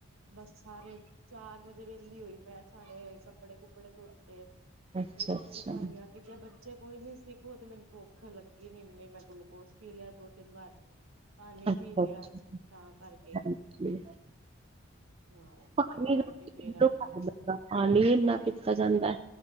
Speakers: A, on the right; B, on the right.
A: ਬਸ ਸਾਰੇ ਚਾਰ ਵਜੇ ਵਿਹਲੀ ਹੋਈ ਮੈਂ ਸਾਰੇ ਕੱਪੜੇ -ਕੁਪੜੇ ਧੋਤੇ।
B: ਅੱਛਾ ਅੱਛਾ
A: ਸਫਾਈਆਂ ਕੁਛ ਬੱਚੇ ਕੋਈ ਨੀ ਸੀ। ਤੇ ਮੈਨੂੰ ਭੁੱਖ ਲੱਗੀ ਨਈ ਇਨੀ ਮੈਂ ਗਲੂਕੋਸ ਪੀ ਲਿਆ ਦੋ- ਤਿੰਨ ਵਾਰ। ਪਾਣੀ
B: ਅੱਛਾ
A: ਪੀ
B: ਅੱਛਾ
A: ਲਿਆ, ਤਾਂ ਕਰਕੇ।
B: ਹਾਂਜੀ
A: ਹਾਂ!
B: ਪਾਣੀ
A: ਤਾਂ ਕਰਕੇ
B: ਕਿਧਰੋਂ
A: ਫੇਰ ਆਪਾਂ
B: ਪਤਾ ਲੱਗਦਾ ਪਾਣੀ ਇੰਨਾ ਪਤਾ ਜਾਂਦਾ